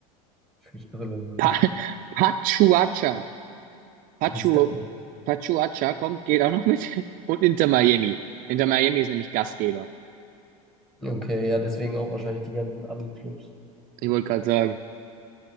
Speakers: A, in the centre; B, on the right (about 50°).
A: völlig irrelevant.
B: Pa Pachuacha. Pachu
A: Ja, die Stadt.
B: Pachuacha kommt, geht auch noch mit. <laughs> Und Inter Miami. Inter Miami ist nämlich Gastgeber.
A: Okay, ja, deswegen auch wahrscheinlich die ganzen Ami-Clubs.
B: Ich wollte gerade sagen,